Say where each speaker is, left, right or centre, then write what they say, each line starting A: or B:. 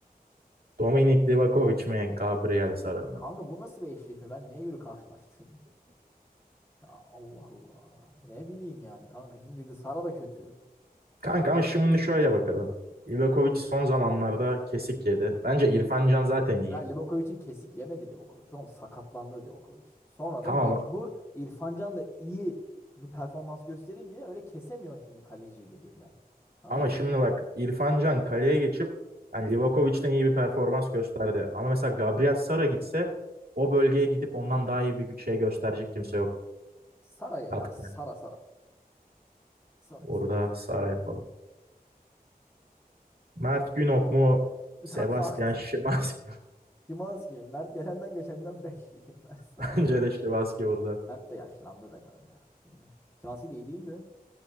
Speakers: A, on the right; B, on the left.
A: Dominik Livakovic mi, Gabriel Sara mı?
B: Ya Kanka bu nasıl bir eşleşme? Ben neye göre karşılaştırayım? <laughs> Ya Allah Allah. Ne bileyim yani kanka. Şimdi Sara da kötü.
A: Kanka ama şimdi şöyle bakalım. Livakovic son zamanlarda kesik yedi. Bence İrfan Can zaten iyi.
B: La Livakovic'in kesik yemedi Livakovic. Oğlum sakatlandı Livakovic. Sonra
A: Tamam
B: da mecbur İrfan Can da iyi bir performans gösterince öyle kesemiyorsun şimdi kaleciyi de birden. Anladın
A: ama şimdi
B: mı?
A: bak İrfan Can kaleye geçip yani Livakovic'den iyi bir performans gösterdi. Ama mesela Gabriel Sara gitse o bölgeye gidip ondan daha iyi bir şey gösterecek kimse yok.
B: Sara'ya
A: Hatta
B: ya. Sara Sara. Sara'yı
A: orada
B: seçelim.
A: Sara yapalım. Mert Günok mu?
B: <laughs>
A: Sebastian
B: Ya kanka.
A: Szymanski.
B: Szymański. Mert gelenden geçenden 5 yiyor. <laughs> Mert Sava.
A: <laughs> Bence de Szymanski burada.
B: Mert de yaşlandı da kanka. Şimdi. Szymański de iyi değildi.